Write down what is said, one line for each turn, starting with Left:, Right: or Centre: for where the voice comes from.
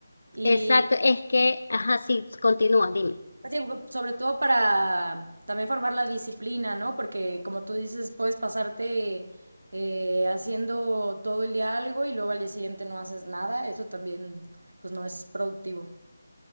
Right: Y,
Left: Exacto, es que, ajá, sí, continúa, dime.
Right: Sí, sobre todo para también formar la disciplina, ¿no? Porque como tú dices, puedes pasarte eh, haciendo todo el día algo y luego al día siguiente no haces nada. Eso también, pues no es productivo.